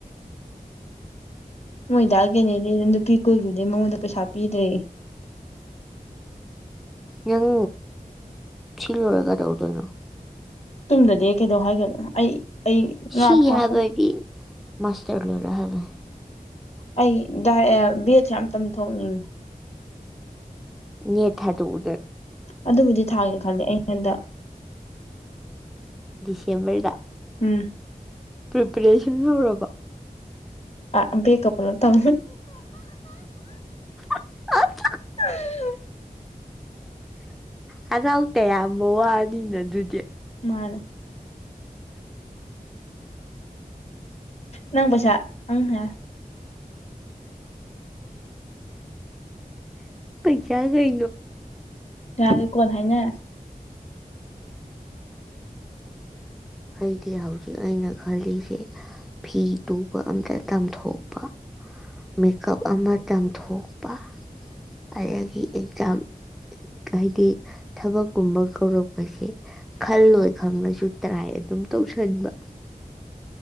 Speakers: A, on the left; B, in the centre.
A: ꯃꯣꯏ ꯗꯥ ꯀꯦꯅꯦꯗꯤ ꯅ ꯅꯨꯄꯤ ꯀꯣꯏꯈꯤꯕꯗꯩ ꯃꯉꯣꯟꯗ ꯄꯩꯁꯥ ꯄꯤꯗ꯭ꯔꯦꯌꯦ
B: ꯅꯪ ꯁꯤ ꯂꯣꯏꯔ ꯀꯩꯗꯧ ꯗꯣꯏꯅꯣ
A: ꯇꯨꯝꯗꯗꯤ ꯑꯩ ꯀꯩꯗꯧ ꯍꯥꯏꯒꯅꯨ ꯑꯩ ꯑꯩ
B: ꯁꯤ
A: ꯉꯥ ꯐꯥꯆꯠ
B: ꯍꯥꯏꯕꯗꯤ ꯃꯥꯁꯇꯔ ꯂꯣꯏꯔ ꯍꯥꯏꯕꯅꯤ
A: ꯑꯩ ꯗ ꯑꯦ ꯕꯤ ꯑꯦꯠ ꯁꯦ ꯌꯥꯝ ꯇꯝ ꯊꯣꯛꯅꯤꯡꯉꯤ
B: ꯅꯦꯠ ꯊꯥꯗꯨꯛꯎ
A: ꯑꯗꯨꯕꯨꯗꯤ ꯊꯥꯒꯦ ꯈꯜꯂꯦ ꯑꯩ ꯍꯟꯗꯛ
B: ꯗꯤꯁꯦꯝꯕꯔꯗ
A: ꯎꯝ
B: ꯄ꯭ꯔꯤꯄꯦꯔꯦꯁꯟ ꯍꯧꯔꯕꯣ
A: ꯑ ꯕꯦꯛꯀ ꯄꯨꯂꯞ ꯇꯧ
B: <unintelligible>
A: <unintelligible>
B: ꯍꯔꯥꯎ ꯇꯌꯥꯝꯕ ꯋꯥꯅꯤꯅ ꯑꯗꯨꯗꯤ
A: ꯃꯥꯟꯅꯦ ꯅꯪ ꯄꯩꯁꯥ ꯑꯝ ꯍꯌꯥ
B: ꯄꯩꯁꯥ ꯀꯩꯅꯣ
A: ꯌꯥꯔꯦ ꯀꯣꯟꯅ ꯍꯥꯏꯅꯔꯁꯤ
B: ꯑꯩꯗꯤ ꯍꯧꯖꯤꯛ ꯑꯩꯅ ꯈꯜꯂꯤꯁꯦ ꯐꯤ ꯇꯨꯕ ꯑꯝꯇ ꯇꯝꯊꯣꯛꯄ ꯃꯦꯛ ꯑꯞ ꯑꯃ ꯇꯝꯊꯣꯛꯄ ꯑꯩꯗꯒꯤ ꯑꯦꯛꯖꯥꯝ ꯍꯥꯏꯗꯤ ꯊꯕꯛꯀꯨꯝꯕ ꯀꯧꯔꯛ ꯄꯁꯦ ꯈꯜꯂꯣꯏ ꯈꯪꯉꯁꯨ ꯇ꯭ꯔꯥꯏ ꯑꯗꯨꯝ ꯇꯧꯁꯟꯕ